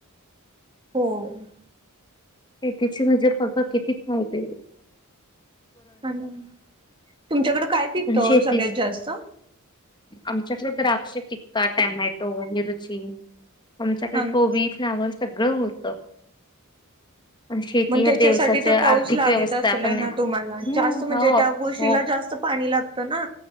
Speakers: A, on the right (about 25°); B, on the left (about 20°).
A: होम
B: तिचे म्हणजे पका कितीच माहिती
A: तुमच्याकडें काय पिकतं
B: शेतीच
A: सगळ्यात जास्त
B: आमच्याकडे द्राक्ष टिक्का टोमॅटो मिरची आमच्याकडे
A: हा ना
B: कोबी फ्लावर सगळं होत पण शेती
A: मग
B: ह्या
A: त्याच्यासाठी
B: देवसाच्या
A: तर पाऊस
B: आर्थिक
A: लागत
B: व्यवस्था
A: असेलय
B: पण
A: ना
B: आहे.
A: तुम्हाला
B: हम्म.
A: जास्त म्हणजे
B: हो
A: त्या गोशीला
B: हो
A: जास्त पाणी लाग ना